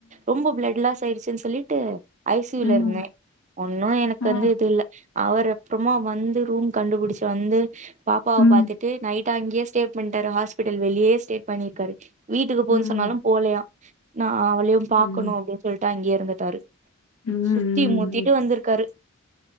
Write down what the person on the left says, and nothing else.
ம்
ஆ
ம்
ம்
ம்
ம் ம்